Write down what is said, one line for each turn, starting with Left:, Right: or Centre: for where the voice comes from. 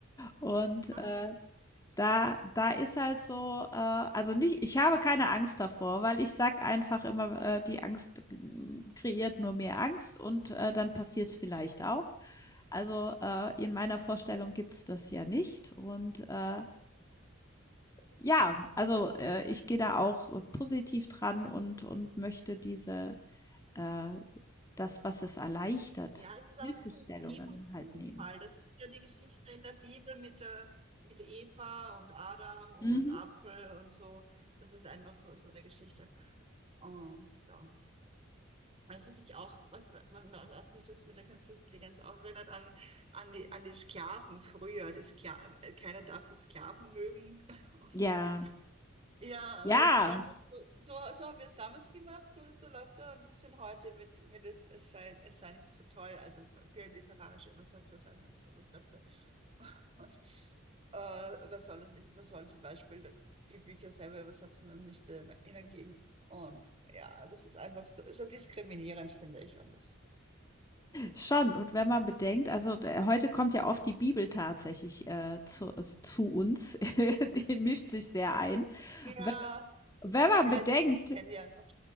Left: Und,
Right: Ah.
Left: äh Da da ist halt so, äh also nicht ich habe keine Angst davor, weil ich sag einfach immer, äh, die Angst, hm, kreiert nur mehr Angst und, äh, dann passiert es vielleicht auch. Also, äh, in meiner Vorstellung gibt's das ja nicht und, äh, ja, also, äh, ich gehe da auch äh, positiv dran und und möchte diese, äh das, was es erleichtert,
Right: Ja, es ist
Left: Hilfestellungen
Right: auch ein bisschen Vergebung und
Left: halt
Right: Sündenfall.
Left: nehmen.
Right: Das ist ja die Geschichte in der Bibel mit, der, mit Eva und Adam und
Left: Mhm.
Right: Apfel und so. Das ist einfach so, so eine Geschichte. Ähm, ja. Weißt du, was ich auch, was, man- man- was mich das mit der künstlichen Intelligenz auch erinnert, an, an die, an die Sklaven früher. Die Skla äh, keiner darf die Sklaven mögen. <laughs> Und
Left: Ja.
Right: Ja,
Left: Ja.
Right: und das ist einfach, so, so so haben wir es damals gemacht, so, so läuft es aber ein bisschen heute mit, mit es, es sei, es sei nicht so toll. Also für literarische Übersetzer sei es nicht so das Beste. <laughs> Und äh, man soll das nicht, man soll zum Beispiel die Bücher selber übersetzen und nicht äh, ihnen geben. Und ja, das ist einfach so, ist so diskriminierend, finde ich. Und das,
Left: Schon, und wenn man bedenkt, also d heute kommt ja oft die Bibel tatsächlich, äh, zu s zu uns, <laughs> die mischt sich sehr ein.
Right: ja,
Left: Wenn wenn man
Right: ja,
Left: bedenkt
Right: ich, ich kenne die einfach